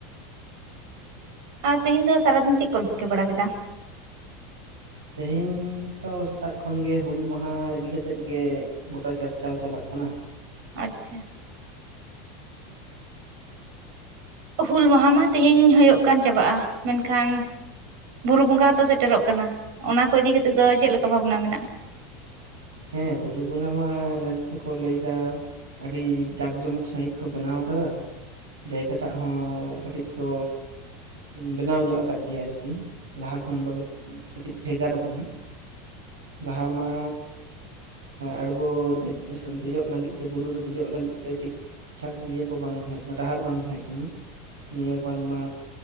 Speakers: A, on the right; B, on the right.
A: ᱟ ᱛᱮᱦᱮᱧ ᱫᱚ ᱥᱟᱨᱟ ᱫᱤᱱ ᱪᱮᱫ ᱠᱚᱢ ᱪᱤᱠᱟᱹ ᱵᱟᱲᱟ ᱠᱮᱫᱟ
B: ᱛᱮᱦᱮᱧ ᱛᱚ ᱥᱮᱛᱟᱜ ᱠᱷᱚᱱᱜᱮ ᱦᱩᱞ ᱢᱟᱦᱟ ᱤᱫᱤ ᱠᱟᱛᱮᱫ ᱜᱮ᱾ ᱜᱚᱴᱟ ᱪᱟᱨᱪᱟᱶ ᱪᱟᱞᱟᱜ ᱠᱟᱱᱟ
A: ᱟᱪᱪᱷᱟ᱾ ᱚ ᱦᱩᱞ ᱢᱟᱦᱟ ᱢᱟ ᱛᱮᱦᱮᱧ ᱦᱳᱭᱳᱜ ᱠᱟᱱ ᱪᱟᱵᱟᱜᱼᱟ ᱢᱮᱱᱠᱷᱟᱱ ᱵᱩᱨᱩ ᱵᱚᱸᱜᱟ ᱦᱚᱛᱚ ᱥᱮᱴᱮᱨᱚᱜ ᱠᱟᱱᱟ ᱚᱱᱟ ᱠᱚ ᱤᱫᱤ ᱠᱟᱛᱮᱫ ᱫᱚ ᱪᱮᱫ ᱞᱮᱠᱟ ᱵᱷᱟᱵᱱᱟ ᱢᱮᱱᱟᱜᱼᱟ᱾
B: ᱦᱮ ᱵᱩᱨᱩ ᱵᱚᱸᱜᱟ ᱢᱟ ᱱᱮᱥ ᱫᱚᱠᱚ ᱞᱟᱹᱭ ᱫᱟ ᱟᱹᱰᱤ ᱡᱟᱠ ᱡᱚᱢᱚᱠ ᱥᱺᱦᱤᱡ ᱠᱚ ᱵᱮᱱᱟᱣ ᱟᱠᱟᱫᱟ᱾ ᱡᱟᱭᱜᱟ ᱴᱟᱜ ᱦᱚᱸ ᱠᱟᱹᱴᱤᱡ ᱠᱚ ᱵᱮᱱᱟᱣ ᱧᱚᱸᱜ ᱟᱠᱟᱫ ᱜᱮᱭᱟ ᱟᱨᱠᱤ ᱞᱟᱦᱟ ᱠᱷᱚᱱ ᱫᱚ ᱠᱟᱹᱴᱤᱡ ᱵᱷᱮᱜᱟᱨ ᱟᱠᱟᱱᱟ᱾ ᱵᱟᱦᱟ ᱢᱟ ᱟᱬᱜᱚ ᱫᱮᱡ ᱥ ᱞᱟᱹᱜᱤᱫ ᱛᱮ ᱵᱩᱨ ᱨᱮ ᱫᱮᱡᱚᱜ ᱞᱟᱹᱜᱤᱫ ᱛᱮ ᱴᱷᱤᱠ ᱪᱷᱟᱠ ᱤᱭᱟᱹ ᱠᱚ ᱵᱟᱝ ᱛᱟᱦᱮᱸ ᱠᱟᱱᱟ ᱰᱟᱦᱟᱨ ᱵᱟᱝ ᱛᱟᱦᱮᱸ ᱠᱟᱱᱟ ᱱᱤᱭᱟᱹ ᱵᱟᱨ ᱢᱟ